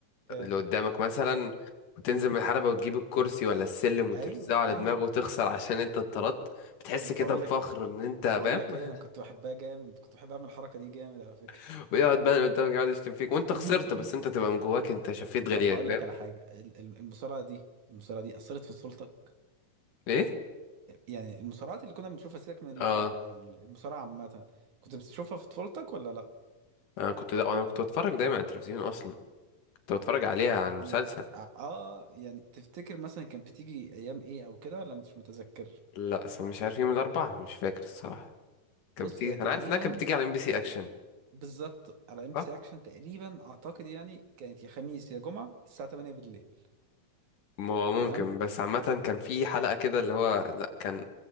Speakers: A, on the right; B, on the left.
A: اوكي
B: اللي قدامك مثلا وتنزل
A: امم
B: من الحلبة وتجيب الكرسي ولا السلم وترزعه
A: ايوه
B: على
A: ايوه
B: دماغه وتخسر عشان انت اتطردت بتحس
A: بقول
B: كده بفخر
A: لك
B: ان انت
A: بقول
B: فاهم
A: لك ايه انا كنت بحبها جامد كنت بحب اعمل الحركه دي جامد على فكره
B: <laughs> ويقعد بقى اللي قدامك يقعد يشتم فيك وانت
A: <laughs>
B: خسرت بس انت تبقى من جواك انت شفيت غليلك
A: طب هقول
B: فاهم
A: لك على حاجه ال- ال- المصارعه دي المصارعه دي اثرت في سلطك
B: ايه
A: يعني المصارعات اللي كنا بنشوفها سيبك من اللعبه
B: اه
A: بقى يعني المصارعه عامه كنت بتشوفها في طفولتك ولا لا
B: انا كنت لا انا كنت بتفرج دايما على التلفزيون اصلا كنت بتفرج عليها على المسلسل
A: ي- اه آه، يعني تفتكر مثلا كانت بتيجي ايام ايه او كده ولا مش متذكر
B: لا اصلا مش عارف يوم الاربعاء مش فاكر الصراحة كانت
A: بص
B: بتيجي
A: هي تقريبا
B: انا عارف انها كانت بتيجي على ام بي سي اكشن
A: بالظبط على ام
B: اه
A: بي سي اكشن تقريبا اعتقد يعني كانت يا خميس يا جمعه الساعه 8 بالليل
B: ما هو ممكن
A: تمام
B: بس عامة كان في حلقة كده اللي هو لا كان